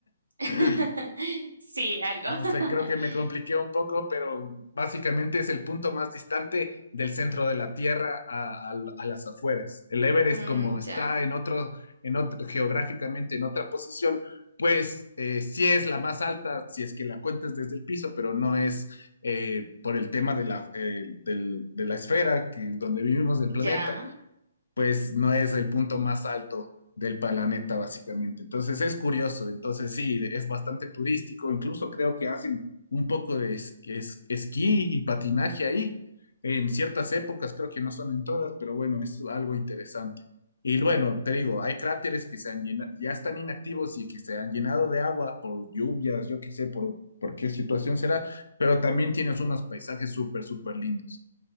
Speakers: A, on the right; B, on the left.
A: <laughs>
B: <laughs>
A: Sí, algo.
B: No
A: <laughs>
B: sé, creo que me compliqué un poco, pero básicamente es el punto más distante del centro de la Tierra a, a- a las afueras. El Everest,
A: Mm,
B: como está
A: ya,
B: en otro, en otro, geográficamente en otra posición, pues eh, sí es la más alta, si es que la cuentas desde el piso, pero no es eh, por el tema de la, eh, del- de la esfera que, donde vivimos del planeta
A: ya,
B: pues no es el punto más alto del planeta, básicamente. Entonces es curioso, entonces sí, es bastante turístico, incluso creo que hacen un poco de es- es- esquí y patinaje ahí, en ciertas épocas, creo que no son en todas, pero bueno, es algo interesante. Y bueno, te digo, hay cráteres que se han llenado, ya están inactivos y que se han llenado de agua por lluvias, yo qué sé, por, por qué situación será, pero también tienes unos paisajes súper, súper lindos.